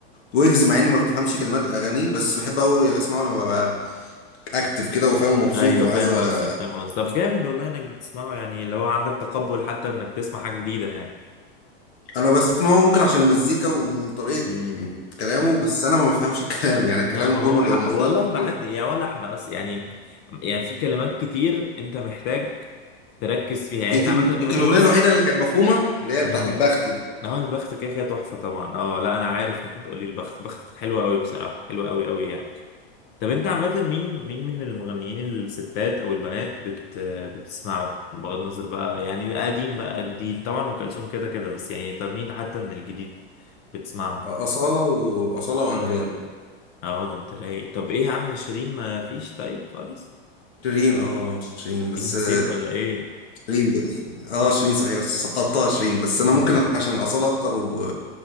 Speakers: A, on the left (about 80°); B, on the left (about 30°).
A: ويجز مع اني ما بفهمش كلمات اغانيه بس بحب قوي اسمعه لما ببقى اكتف كده وفاهم ومبسوط
B: ايوه
A: وعايز
B: فاهم
A: أ-
B: قصدك فاهم قصدك طب جامد والله انك تسمعه يعني لو عندك تقبل حتى انك تسمع حاجه جديده يعني
A: انا بسمعه ممكن عشان المزيكا وطريقه
B: امم
A: كلامه بس انا ما بفهمش الكلام يعني كلامه
B: لا ما
A: كله
B: هو حق
A: بيبقى متلخبط
B: والله ما
A: كده.
B: حد يعني ولا احنا اصلا يعني يعني في كلمات كتير انت محتاج تركز فيها يعني
A: يمكن
B: انت عامه
A: يمكن
B: وانت
A: الاغنيه
B: بتسمع
A: الوحيده اللي كانت مفهومه اللي هي بتاعت
B: امم
A: البخت دي
B: هو البخت كده كده تحفه طبعا اه لا انا عارف انك هتقولي البخت بختك حلوه قوي بصراحه حلوه قوي قوي يعني طب انت عامة مين مين من المغنيين الستات او البنات بت بتسمعه بغض النظر بقى يعني قديم بقى جديد طبعا ام كلثوم كده كده بس يعني طب مين حتى من الجديد بتسمعه
A: آه، اصاله واصاله وانغام
B: اه ده انت رايق طب ايه يا عم شيرين ما فيش طيب خالص
A: شيرين اه شيرين بس
B: ايه نسيت
A: آه،
B: ولا ايه
A: شيرين ب... اه شيرين صحيح بس سقطتها شيرين بس
B: امم
A: انا ممكن
B: امم
A: عشان اصاله اكتر و...